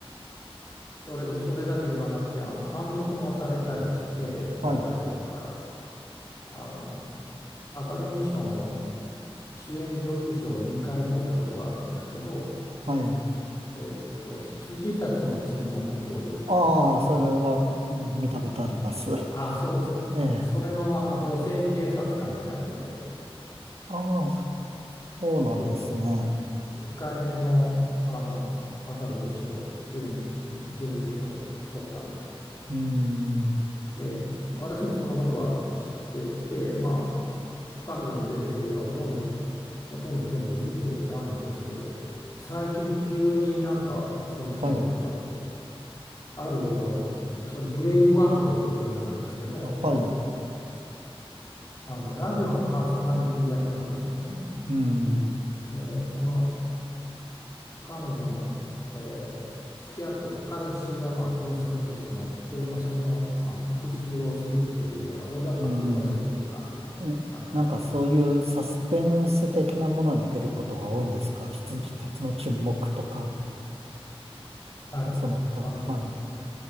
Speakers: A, on the left; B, on the right.
A: それ、それだけではなくてあの監督もされたりして若い時から
B: はい、
A: あのアカデミー賞も主演女優賞を2回取ったことがあるんですけど、
B: はい。
A: えっと「羊たちの沈黙」という作品
B: ああ、それはうん見たことあります。
A: ああ、そうですか。
B: ええ。
A: それの、あの女性警察官の役で、
B: ああ、そうなんですね。
A: ええ、2回目の、あのアカデミー賞、主演女優賞を取ったんです。
B: うーん。
A: ええ、私もそのことは知ってて、まあ、彼女の出てる映画ほとんど、ほとんど全部見てたんですけど、最近急になんかその人のことが
B: はい。
A: ある映画を、それブレイブワンという映画なんですけど、
B: あはい。う
A: あのラジオのパーソナリティ役なんですよね。
B: ーん。う
A: で、その彼女の、えー付き合ってた彼氏がまあ殺されてしまって、まあ、その、まあ、復讐をするっていうような大雑把に言えばそういう感じの話なんですけど、
B: ーん。え、なんかそういうサスペンス的なものに出ることが多いんですか羊たちの沈黙とか、
A: はい、
B: そのことは。
A: あの
B: はい。